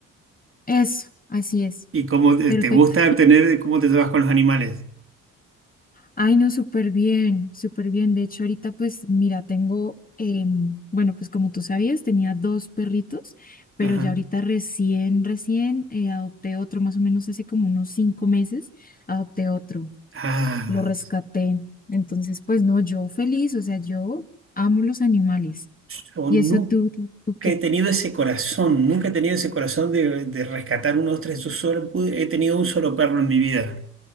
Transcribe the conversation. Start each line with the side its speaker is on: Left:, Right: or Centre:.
Left: <laughs> Eso, así es.
Right: y cómo te
Left: Perfecto.
Right: te gusta tener, cómo te llevas con los animales.
Left: Ay, no, súper bien, súper bien. De hecho, ahorita pues mira, tengo, em, bueno, pues como tú sabías, tenía dos perritos, pero
Right: Ajá.
Left: ya ahorita recién, recién eh, adopté otro, más o menos hace como unos cinco meses, adopté otro,
Right: Ah,
Left: lo rescaté. Entonces, pues no, yo feliz, o sea, yo amo los animales.
Right: yo
Left: ¿Y
Right: nu-
Left: eso tú, tú, tú
Right: que
Left: qué?
Right: he tenido ese corazón, nunca he tenido ese corazón de, de rescatar unos tres, yo solo pude- he tenido un solo perro en mi vida